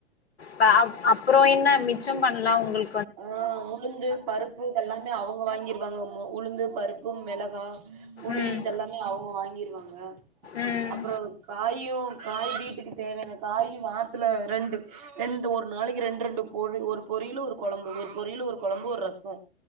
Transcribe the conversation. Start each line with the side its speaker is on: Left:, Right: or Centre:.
Left: பப் அப்றம் என்ன மிச்சம் பண்ணலாம் உங்களு
Right: ஆஹ் உளுந்து பருப்பு இதெல்லாமே அவுங்க வாங்கிருவாங்க அம்மு உளுந்து பருப்பு மிளகா புளி
Left: ம்
Right: இதெல்லாமே அவுங்க வாங்கிருவாங்க
Left: ம்
Right: அப்புறம் காயும் காய் வீட்டுக்கு தேவையான காயு வாரத்துல ரெண்டு ரெண்டு ஒரு நாளைக்கு ரெண்டு ரெண்டு பொ ஒரு பொரியில் ஒரு கொழம்பு ஒரு பொரியலு ஒரு கொழம்பு ஒரு ரசம்